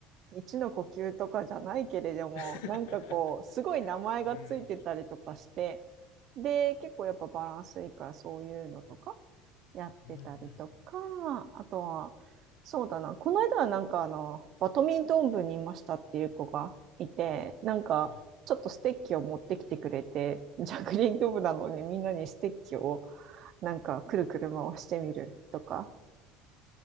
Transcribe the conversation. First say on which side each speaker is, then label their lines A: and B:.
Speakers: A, on the right (about 40°); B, on the left (about 85°).
A: 一の呼吸とかじゃないけれどもなんかこうすごい名前がついてたりとかして
B: <laughs> うん。
A: で結構やっぱバランスいいからそういうのとかやってたりとか、
B: うんうん
A: あとは、そうだな、この間はなんかあの、バドミントン部にいましたっていう子がいて、なんか、
B: うん。はい。
A: ちょっとステッキを持ってきてくれて、ジャグリング部なのにみんなにステッキをなんかくるくる回してみるとか、